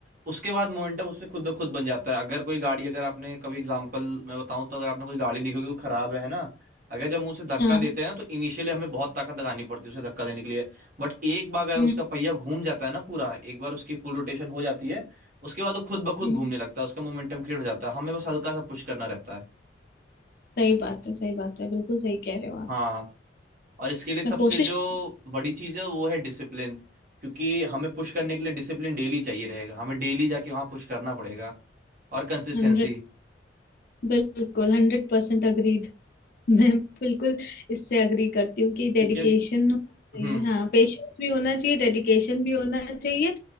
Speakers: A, on the right (about 50°); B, on the left (about 55°).
A: उसके बाद मोमेंटम उसमें खुद ब खुद बन जाता है अगर कोई गाड़ी अगर आपने कभी एग्जाम्पल मैं बताऊं तो अगर आपने कोई गाड़ी देखी होगी वो खराब है है ना अगर जब हम उसे धक्का
B: हाँ
A: देते हैं ना तो इनिशियली हमें बहुत ताकत लगानी पड़ती है उसे धक्का देने के लिए बट एक बार अगर
B: हम्म,
A: उसका पहिया घूम जाता है ना पूरा एक बार उसकी फुल रोटेशन हो जाती है उसके बाद वो खुद ब खुद
B: हम्म,
A: घूमने लगता है उसका मोमेंटम क्रिएट हो जाता है हमें बस हल्का सा पुश करना रहता है
B: सही बात है सही बात है बिल्कुल सही कह रहे हो आप
A: हाँ और इसके लिए सबसे
B: मैं कोशिश
A: जो बड़ी चीज़ है वो है डिसिप्लिन क्योंकि हमें पुश करने के लिए डिसिप्लिन डेली चाहिए रहेगा हमें डेली जाके वहाँ पुश करना पड़ेगा और कंसिस्टेंसी
B: हंड्रेड बिल्कुल हंड्रेड परसेंट अग्री मैं बिल्कुल इससे अग्री करती हूँ कि
A: क्योंकि
B: डेडिकेशन होना चाहिए
A: हम्म
B: हाँ पेशेंस भी होना चाहिए डेडिकेशन भी होना चाहिए